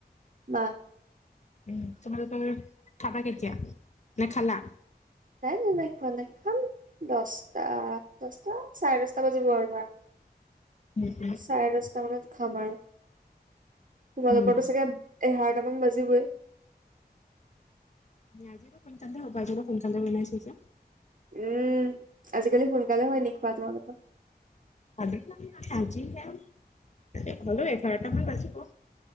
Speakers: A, on the right; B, on the left.
A: বাহ।
B: উ তোমালোকে খাবা কেতিয়া, নে খালা?
A: নাই নাই নাই খোৱা নাই খাম দহটা দহটা চাৰে দহটা বাজিব আৰু ধৰা।
B: উম উম
A: চাৰে দচটা মানত খাম আৰু তোমালোকৰতো
B: উম
A: চাগে এঘাৰটা মান বাজিবই।
B: আজি টো সোনকালে হ'ব আজি সোনকালে বনাইছে যে।
A: উম আজিকালি সোনকালে হয় নি খোৱা তোমালোকৰ।
B: <unintelligible> হ'লো এঘাৰটা মান বাজিব।